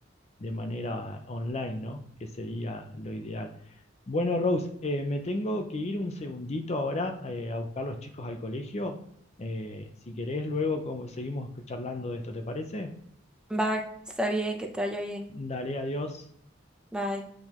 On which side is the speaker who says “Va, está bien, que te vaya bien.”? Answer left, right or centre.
Centre